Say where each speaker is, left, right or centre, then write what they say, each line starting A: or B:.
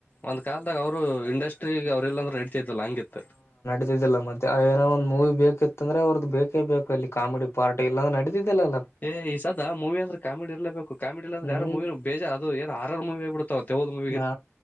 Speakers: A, on the left; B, on the left.
A: ಒಂದ್ ಕಾಲದಾಗ ಅವರು ಇಂಡಸ್ಟ್ರಿಗ್ ಅವ್ರ ಇಲ್ಲ ಅಂದ್ರೆ ನಡ್ತಿದಿಲ್ಲಾ ಹಂಗಿತ್ತು
B: ಇದ್ದಿದಿಲ ಮತ್ತೆ ಏನೋ ಒಂದ್ ಮೂವಿ ಬೇಕಿತ್ತಂದ್ರೆ ಅವ್ರದ್ದು ಬೇಕೇ ಬೇಕು ಅಲ್ಲಿ ಕಾಮಿಡಿ ಪಾರ್ಟಿ ಎಲ್ಲ ನಡೆದಿದ್ದಿಲ್ಲಲ್ಲ
A: ಏ ಈ ಸದ ಮೂವಿ ಅಂದ್ರೆ ಕಾಮಿಡಿ ಇರ್ಲೇಬೇಕೂ ಕಾಮಿಡಿ ಇಲ್ಲಂದ್ರ
B: ಹ್ಮ್
A: ಯಾರು ಮೂವಿ ಬೇಜ ಅದ ಹಾರರ್ ಮೂವಿ ಆಗ್ಬಟ್ಟು <inaudible>
B: ನಾ